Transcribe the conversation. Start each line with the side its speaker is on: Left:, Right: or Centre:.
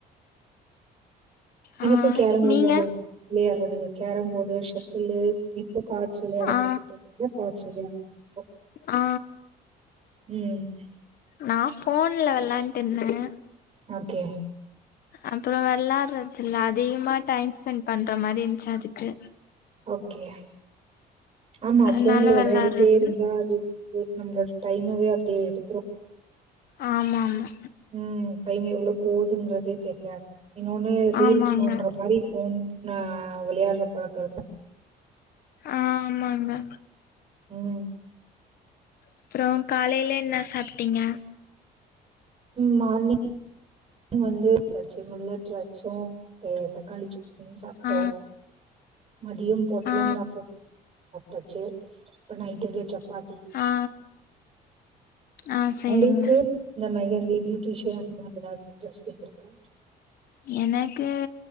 Left: ஆ
Right: எனக்கு கேரம் போர்டு
Left: நீங்க
Right: ரொம்ப புடிக் விளையாடுறது கேரம் போர்டு செட் ட்ழு இப்போ கார்ட்ஸ் விளையாட
Left: ஆ
Right: காத்துக்ட்ருந்தா கார்ட்ஸ் விளையாடுவோ
Left: ஆ
Right: ம்
Left: நான் ஃபோன்ல வெளான்ட்டுருந்தே
Right: ஓகே
Left: அப்புற வெளாடுறதில்ல அதிகமா டைம் ஸ்பெண்ட் பண்ற மாரி இருந்ச்சு அதுக்கு
Right: ஒகே ஆமா
Left: அதனால
Right: ஃபோன்ல விளையாடிட்டே
Left: வெளாடுறது
Right: இருந்தா அது நம்ளோட டைமவே அப்டியே எடுத்துரு
Left: ஆமாமா
Right: ம் டைம் எவ்ளோ போதுன்றதே தெரியாது இன்னொனு ரீல்ஸ்
Left: ஆமாங்க
Right: நோன்ற மாரி ஃபோன் ந விளையாடுற பழக்க இருந்தா
Left: ஆமாங்க
Right: ம்
Left: அப்ற காலைல என்ன சாப்ட்டிங்க
Right: மார்னிங் வந்து பச்ச மில்லட் ரச்சூ த தக்காளி சட் னி சாப்ட்டோ
Left: ஆ
Right: மதிய பொடலங்கா
Left: ஆ
Right: பொரியல் சாப் டாச்சு இப்ப நைட்டுக்கு சப்பாத்தி
Left: ஆ ஆ சேரிங்க
Right: உங்ளுக்கு இந்த மெகந்தி பியூட்டிஷியன் அந்த மாரி எதாவது இன்ட்ரெஸ்டிங் இருக்கா
Left: எனக்கு